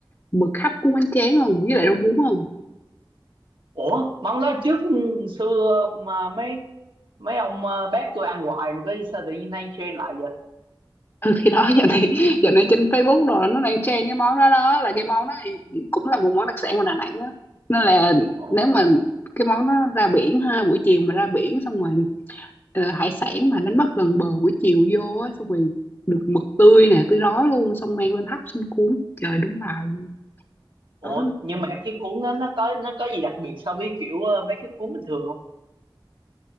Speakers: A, on the left; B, on the right.
A: mực hấp của bánh tráng không với lại rau muống không
B: ủa món đó trước xưa mà mấy mấy ông ờ, bác tôi ăn hoài mà có sao tự nhiên nay trend lại vậy
A: ừ thì đó giờ này giờ này trên Facebook rồi nó đang trend cái món đó đó là cái món đó thì cũng là một món đặc sản của Đà Nẵng á nên là
B: ồ
A: nếu mà cái món đó ra biển ha buổi chiều mà ra biển xong rồi ờ, hải sản mà đánh bắt gần bờ buổi chiều vô á xong rồi được mực tươi nè tươi rói luôn xong mang lên hấp xong cuốn trời đúng bài luôn
B: ủa
A: đó
B: nhưng mà cái cuốn đó nó có nó có gì đặc biệt so với kiểu ờ, mấy cái cuốn bình thường không